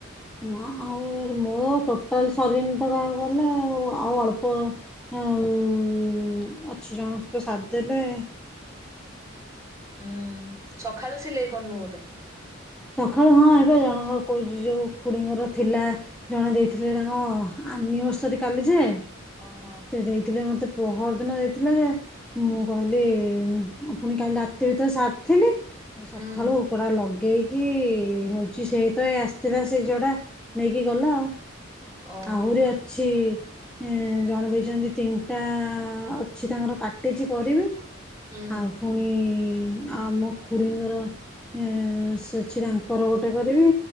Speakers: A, in the centre; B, on the right.
A: ନା ଆଉ ମୋ ଟୋଟାଲ ସରିନ ତ କହାକୁ ଗଲେ ଆଉ ଆଉ ଅଳ୍ପ ଏ ଉମମ୍ ଅଛି ଜଣକ ସହିତ ସର ଦେଲେ
B: ହୁଁ ସକାଳୁ ସିଲେଇ କରନୁ ବୋଧେ?
A: ସକାଳୁ ହଁ ହେଇପା ଜଣଙ୍କର କହୁଚି ଯୋଉ ଖୁଡିଙ୍କର ଥିଲା ଜଣେ ଦେଇଥିଲେ ତାଙ୍କ ଆନିଭର୍ସରୀ କାଲି ଯେ
B: ଅହୋ
A: ସେ ଦେଇଥିଲେ ମୋତେ ପହରଦିନ ଦେଇଥିଲେ ଯେ ମୁଁ କହିଲି ଆପୁଣି କାଲି ରାତି ଭିତରେ ସାରିଥିଲି ସଖଳୁ
B: ହୁଁ
A: ହୁକଡ଼ା ଲଗେଇ କି ହଉଚି ସେ ତ ଏ ଆସିଥିଲା ସେଇ ଝଡା ନେଇକି ଗଲା ଆଉ।
B: ଓହୋ
A: ଆହୁରି ଅଛି ଏଁ ଜଣେ ଦେଇଛନ୍ତି ତିନିଟା ଅଛି ତାଙ୍କର କାଟିଛି କରିବି।
B: ହୁଁ
A: ଆଉ ପୁଣି ଆମ ଖୁଡିଙ୍କର ଏ ସେ ଅଛି ତାଙ୍କର ଗୋଟେ କରିବି